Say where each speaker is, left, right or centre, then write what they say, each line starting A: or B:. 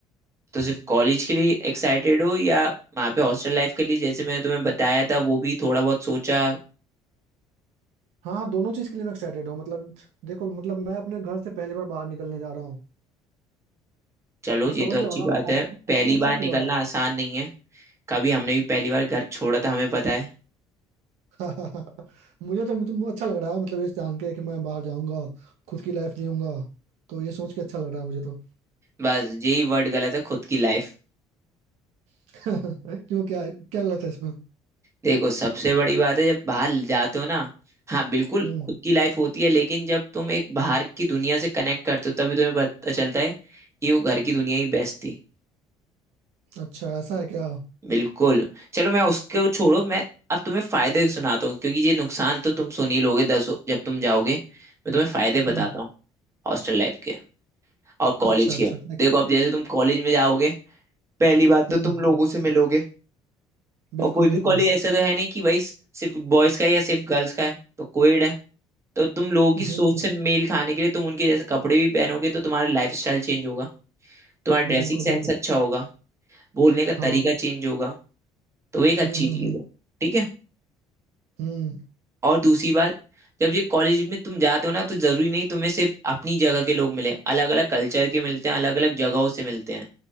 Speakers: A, on the right (about 25°); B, on the right (about 80°).
A: तो सिर्फ कॉलेज के लिए एक्साइटेड हो या वहाँ पे हॉस्टल लाइफ के लिए जैसे मैंने तुम्हें बताया था वो भी थोड़ा बहुत सोचा
B: हाँ दोनों चीज के लिए मैं एक्साइटेड हूँ मतलब देखो मतलब मैं अपने घर से पहली बार बाहर निकलने जा रहा हूँ
A: चलो
B: तो समझ
A: ये तो
B: रहे
A: अच्छी
B: हो ना
A: बात
B: काफी
A: है
B: काफी
A: पहली
B: अच्छा
A: बार निकलना
B: फील हो रहा
A: आसान नहीं है कभी हमने भी पहली बार घर छोड़ा था हमें पता है
B: है <laughs> मुझे तो मुझे अच्छा लग रहा है मतलब ये जान के कि मैं बाहर जाऊंगा खुद की लाइफ जीऊंगा तो ये सोच के अच्छा लग रहा है मुझे तो
A: बस यही वर्ड गलत है खुद की लाइफ
B: <laughs> क्यों क्या क्या गलत है इसमें
A: देखो सबसे बड़ी बात है जब बाहर जाते हो ना हाँ बिल्कुल
B: हम्म
A: खुद की लाइफ होती है लेकिन जब तुम एक बाहर की दुनिया से कनेक्ट करते हो तभी तुम्हें पता चलता है कि वो घर की दुनिया ही बेस्ट थी
B: अच्छा ऐसा है क्या
A: बिल्कुल चलो मैं उसको छोड़ो मैं अब तुम्हें फायदे सुनाता हूँ क्योंकि ये नुकसान तो तुम सुन ही लोगे दस जब तुम जाओगे मैं तुम्हें फायदे बताता
B: हम्म
A: हूँ हॉस्टल लाइफ के और कॉलेज
B: अच्छा
A: के
B: अच्छा
A: देखो अब जैसे तुम कॉलेज में जाओगे पहली बात
B: हम्म
A: तो तुम लोगों से मिलोगे
B: बिल्कुल
A: और कोई
B: बिल्कुल
A: भी कॉलेज ऐसा तो है नहीं कि भाई सिर्फ बॉयज का है या सिर्फ गर्ल्स का है तो कोएड है तो तुम लोगों की
B: <laughs>
A: सोच से मेल खाने के लिए तुम उनके जैसे कपड़े भी पहनोगे तो तुम्हारा लाइफस्टाइल चेंज होगा तुम्हारा ड्रेसिंग
B: बिल्कुल
A: सेंस
B: बिल्कुल
A: अच्छा होगा बोलने का
B: हाँ
A: तरीका चेंज होगा तो वो एक अच्छी
B: हम्म हम्म
A: चीज
B: हम्म
A: है ठीक है
B: हम्म
A: और दूसरी बात जब ये कॉलेज में तुम जाते हो ना तो जरूरी नहीं तुम्हें सिर्फ अपनी जगह के लोग मिले अलग अलग कल्चर के मिलते हैं अलग अलग जगहों से मिलते हैं